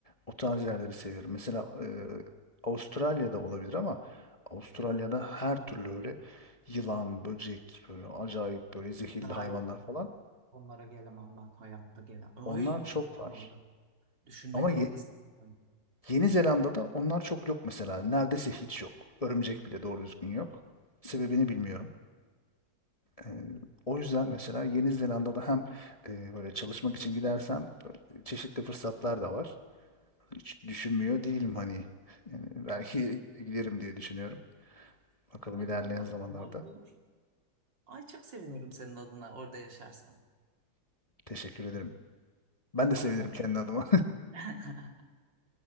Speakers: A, on the left; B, on the right.
A: o tarz yerleri seviyorum. Mesela e, Avustralya'da olabilir ama Avustralya'da her türlü öyle yılan, böcek, böyle acayip böyle zehirli
B: Ha,
A: hayvanlar
B: yok.
A: falan.
B: Onlara gelemem ben hayatta gelemem. Ay
A: Onlar çok
B: şimdi
A: var.
B: orada. Düşünmek
A: Ama Ye-
B: bile istemiyorum.
A: Yeni Zelanda'da onlar çok yok mesela. Neredeyse hiç yok. Örümcek bile doğru düzgün yok. Sebebini bilmiyorum. E, o yüzden mesela Yeni Zelanda'da hem e, böyle çalışmak için gidersen böyle çeşitli fırsatlar da var. Hiç düşünmüyor değilim hani. Yani belki giderim diye düşünüyorum. Bakalım
B: Hadi
A: ilerleyen
B: bakalım.
A: zamanlarda.
B: Umarım olur. Ay çok sevinirim senin adına orada yaşarsan.
A: Teşekkür ederim. Ben
B: Umarım
A: de sevinirim
B: olur.
A: kendi adıma.
B: <laughs>